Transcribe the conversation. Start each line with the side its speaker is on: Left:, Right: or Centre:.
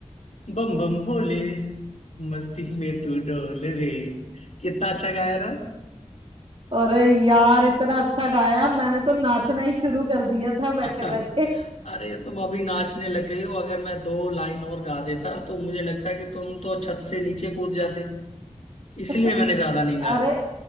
Left: बम बम भोले मस्ती में तू डोल रे कितना अच्छा गाया ना
Right: अरे यार इतना अच्छा गाया मैंने तो नाचना ही शुरू कर दिया था
Left: <laughs>
Right: बैठे बैठे
Left: अरे तुम अभी नाचने लग गई हो अगर मैं दो लाइन और गा देता तो मुझे लगता है कि तुम तो छत से नीचे कूद जाते इसलिए
Right: <laughs>
Left: मैंने ज्यादा नहीं
Right: अरे
Left: गाया